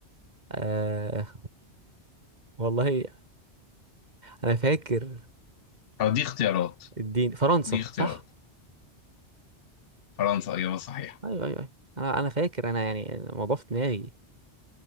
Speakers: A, on the right; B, on the left.
A: آه والله انا فاكر
B: أو دي اختيارات
A: الدين فرنسا
B: دي اختيارات
A: صح
B: فرنسا إجابة صحيحة
A: ايوه ايوه ايوه انا انا فاكر انا يعني الموضوع في دماغي